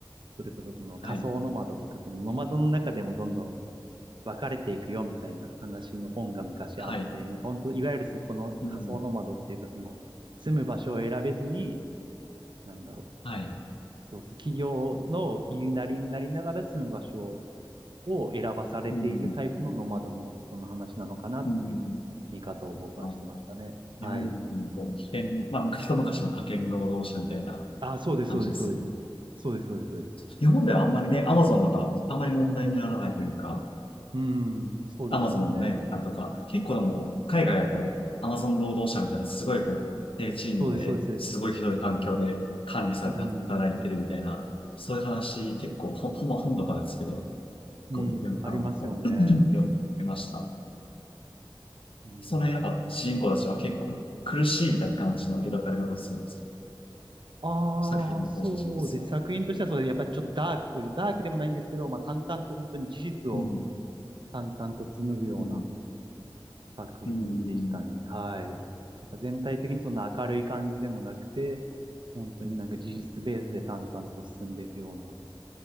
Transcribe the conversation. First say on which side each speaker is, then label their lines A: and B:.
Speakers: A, on the right; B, on the left.
A: それこそその仮想ノマドとか、
B: はい。
A: そのノマドの中でもどんどん別れていくよみたいな話の本が昔あって、
B: はい。
A: なんか本当、いわゆるそこの仮想ノマドっていうか、
B: うん。
A: その、住む場所を選べずに、なんだろう。
B: はい。
A: そうそう、企業の言いなりになりながら住む場所を選ばされているタイプのノマドの人の話なのかなっていう見方を僕はしてましたね。
B: うん。うん。あの、日本でいうと、
A: はい。
B: 派遣、まあ、一昔前の派遣労働者みたいな
A: あ、そうです、
B: 感じですよね。
A: そうです、そうです。そうです、そうです、そうです。
B: 日本ではあんまりね、アマゾンだからあんまり問題にならないというか、
A: うん、そうですよね。
B: アマゾンのね、あれとか、結構でも、海外だと、アマゾン労働者みたいな、すごいこう、低賃金で、
A: そうです、そうです。
B: すごいひどい環境で管理されて働いてるみたいな、
A: うん、
B: そういう話、結構、ほ、ほんま本とかですけど、こう、
A: うん、ありますよね。
B: あの <laughs> <clears throat> 読みました。
A: うん
B: その辺、やっぱ、主人公たちは結構苦しいみたいな感じの描かれ方をするんですか
A: ああ、
B: 作品の登場人物は。
A: そうです。作品としてはそう、やっぱりちょっとダークという、ダークでもないんですけど、まあ淡々と本当に事実を
B: うん、
A: 淡々と紡ぐような
B: うん、
A: 作品でしたね。
B: うん。
A: はい。なんか全体的にそんな明るい感じでもなくて、本当になんか事実ベースで淡々と進んでいくような、